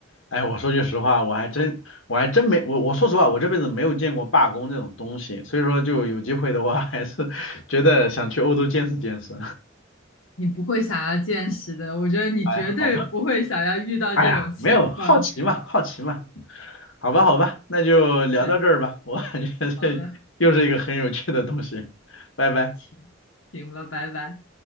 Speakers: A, on the left (about 70°); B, on the left (about 90°).
A: 哎，我说句实话，我还真，我还真没，我我说实话，我这辈子没有见过罢工这种东西，所以说就有机会的话，还是 <laughs> 觉得想去欧洲见识见识。
B: 你不会想要见识的，我觉得你绝对不会想要遇到这种情况。
A: 哎，好吧，哎呀，没有，好奇嘛，好奇嘛，好吧，好吧，那就聊到这儿吧，
B: 好嘞，
A: 我感觉这
B: 好的。
A: <laughs> 又是一个很有趣的东西，拜拜。
B: 行行吧，拜拜。